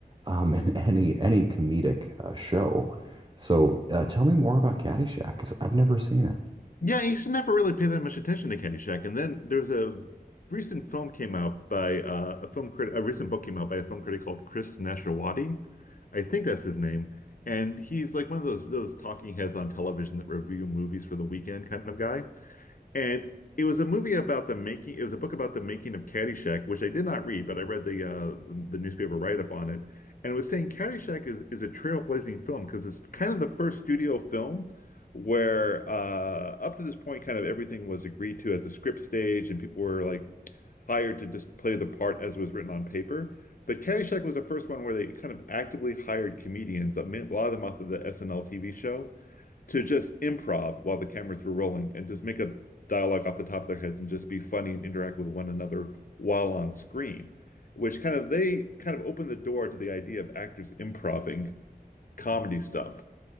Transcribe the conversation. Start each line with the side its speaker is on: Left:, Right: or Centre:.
Right: um, <laughs> and any any comedic uh, show. So uh, tell me more about Caddyshack, because I've never seen it.
Left: Yeah, you should never really pay that much attention to Caddyshack. And then there's a recent film came out by uh, a film critic, a recent book came out by a film critic called Chris Nashawaty. I think that's his name. And he's like one of those those talking heads on television that review movies for the weekend kind of guy. And it was a movie about the making, it was a book about the making of Caddyshack, which I did not read, but I read the uh, the newspaper write-up on it. And it was saying Caddyshack is, is a trailblazing film because it's kind of the first studio film where uh, up to this point, kind of everything was agreed to at the script stage and people were like hired to just play the part as it was written on paper. But Caddyshack was the first one where they kind of actively hired comedians, a ma- a lot of them off of the SNL TV show to just improv while the cameras were rolling and just make a dialogue off the top of their heads and just be funny and interact with one another while on screen, which kind of they kind of opened the door to the idea of actors improving comedy stuff